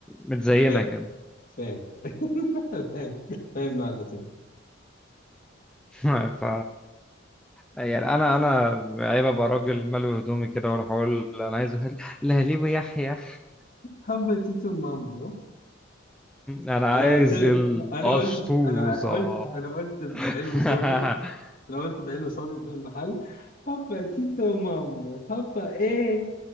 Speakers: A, in the centre; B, on the left.
A: متزينة
B: فاهم
A: كده
B: فاهم الحين الحين مع الاسم
A: <laughs> ف يعني انا انا عيب ابقى راجل ملوي هدومي كده واروح اقول انا عايز هل- لهاليبو يحيح
B: حبتي ام امه
A: انا
B: انا
A: عايز
B: قلت له
A: القشطوزة
B: انا قلت في... انا قلت انا قلت بعلو
A: <laughs>
B: صوتي انا قلت بعلو صوتي قدام المحل حبتي ام امه حبه ايه